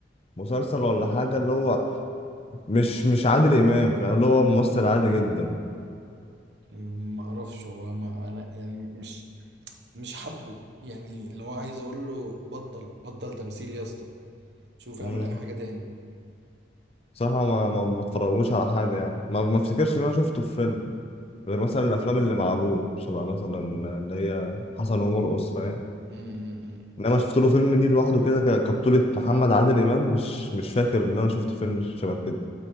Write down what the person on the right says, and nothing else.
ما اعرفش هو ما انا يعني مش مش حبه يعني اللي هو عايز اقول له بطل بطل تمثيل يا اسطى شوف
اعمل اي حاجه تاني
امم